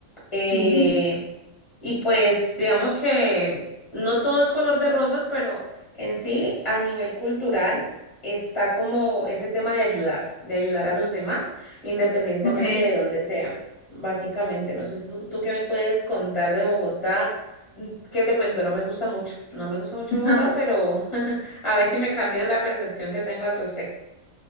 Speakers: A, on the left; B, on the left.
A: Eh,
B: sí,
A: y pues digamos que no todo es color de rosas, pero en sí, a nivel cultural, está como ese tema de ayudar, de ayudar a los demás, independientemente
B: ok.
A: de dónde sean, básicamente. No sé, ¿tú, tú qué me puedes contar de Bogotá? Mm, ¿Qué te cuento? No me gusta mucho, no me gusta mucho
B: <laughs>
A: Bogotá, pero <laughs> a ver si me cambias la percepción que tengo al respecto.